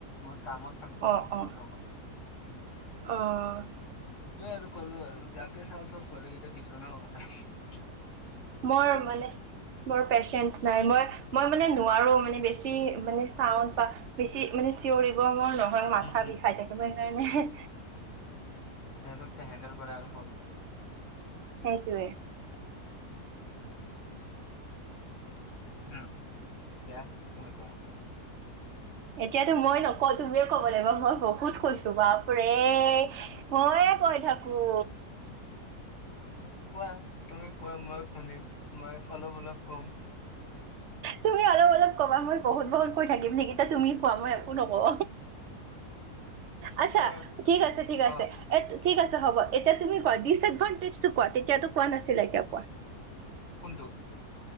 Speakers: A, on the left; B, on the right.
A: মই কামত থাকো
B: অ', অ',
A: কত হব?
B: অ'।
A: সেইটোয়ে আৰু ক'লো আৰু যাকে চাও চব ছোৱালীকেইটা টিউশ্যনৰ কথা।
B: মই মানে মোৰ পেচেন্ঞ্চ নাই মই মই মানে নোৱাৰো মানে বেছি মানে চাউন বা বেছি মানে চিঞৰিব মই নহয় মাথা
A: উম
B: বিষাই থাকে। মই সেইকাৰণে
A: সেহতক টো হেণ্ডেল কৰা আৰু
B: সেইটোৱে।
A: উম, এতিয়া তুমি কোৱা।
B: এতিয়াতো মই নকওঁ তুমিয়ে কব লাগিব মই বহুত কৈছো বাপ ৰে। মইয়ে কৈ থাকো।
A: কোৱা, তুমি কোৱা মই শুনিম মই অলপ অলপ ক'ম।
B: তুমি অলপ অলপ কবা মই বহুত বহুত কৈ থাকিম নেকি? ত' তুমি কোৱা মই একো নকওঁ। আৎচ্ছা
A: আহ,
B: ঠিক আছে, ঠিক আছে।
A: অ
B: এ ঠিক আছে হ'ব, এতিয়া তুমি কোৱা, ডিচএডভানটেজটো কোৱা তেতিয়াটো কোৱা নাছিলা এতিয়া কোৱা।
A: কোনটো?